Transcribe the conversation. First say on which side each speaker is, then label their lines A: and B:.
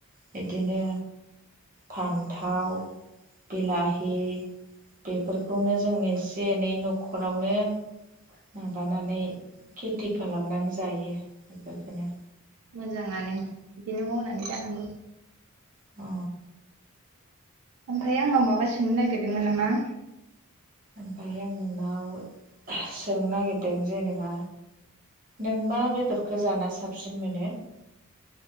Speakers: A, on the right; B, on the right.
A: बिदिनो फान्थाव बिलाहि बेफोरखौनो जों एसे एनै न'खरावनो माबानानै खेथि खालामनानै जायो बेफोरफोरखोनो
B: मोजाङानो बिदिनो मावनानै जानांगौ
A: अ
B: ओमफ्राय आंनाव माबा सोंनो नागिरदोंमोन नामा?
A: ओमफ्राय आं नोंनाव सोंनो नागिरदों जेनेबा नों मा बेदरखौ जाना साबसिन मोनो